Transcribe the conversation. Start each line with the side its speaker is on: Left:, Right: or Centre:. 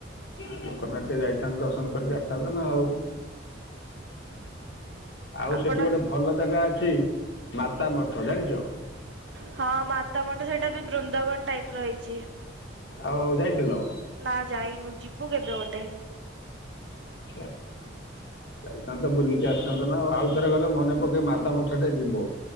Left: ଆ ଲୋକନାଥ ଯାଇଥାନ୍ତ ଦର୍ଶନ କରିକି ଆସିଥାନ୍ତ ନା ଆଉଁ। ଆଉ
Right: ଆପଣ
Left: ସେଠି ଗୋଟେ ଭଲ ଜାଗା ଅଛି ମାତା ମଠ ଜାଣିଚ?
Right: ହଁ ମାତାମଟ ସେଇଟା ବି ବୃନ୍ଦାବନ ଟାଇପି ର ହେଇଚି।
Left: ଆଉ ଯାଇଥିଲ?
Right: ନା ଯାଇନୁ, ଯିବୁ କେବେ ଗୋଟେ।
Left: <unintelligible> ଯାଇଥାନ୍ତ, ବୁଲିକି ଆସିଥାନ୍ତ ନା, ଆଉଥରେ ଗଲେ ମନେ ପକେଇ ମାତା ମଠ ଟେ ଯିବ।